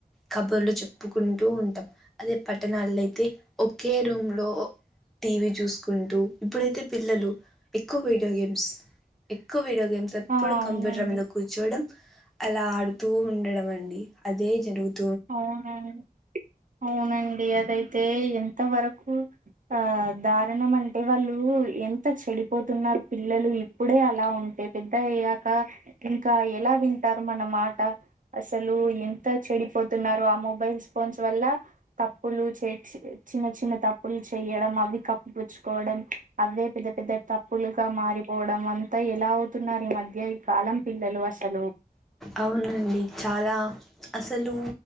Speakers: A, in the centre; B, on the right (about 55°).
A: కబుర్లు చెప్పుకుంటూ ఉంటాం అదే పట్టణాలు లయితే ఒకే రూమ్ లో టీవీ చూసుకుంటూ ఇప్పుడైతే పిల్లలు ఎక్కువ వీడియో గేమ్స్ ఎక్కువ వీడియో గేమ్స్ ఎప్పుడు
B: ఆ అవునండి
A: కంప్యూటర్ మీద కూర్చోడం అలా ఆడుతూ ఉండడం అండి అదే జరుగుతు
B: అవునండి అవునండి అదైతే ఎంత వరకు ఆ దారుణం అంటే వాళ్ళు ఎంత చెడిపోతున్నారు పిల్లలు ఇప్పుడే అలా ఉం ఎదితయ్యాక ఇంకా ఎలా వింటారు మన మాట అసలు ఎంత చెడిపో తున్నారు ఆ మొబైల్స్ ఫోన్స్ వల్ల తప్పులు చే చిన్న చిన్న తప్పులు చేయడం అది కప్పుపుచ్చుకోవడం అవే పెద్ద పెద్ద తప్పులుగా మారిపోవడం అంతా ఎలా అవుతున్నాయి మధ్య ఈ కాలం పిల్లలు అసలు
A: అవునండి చాలా అసలు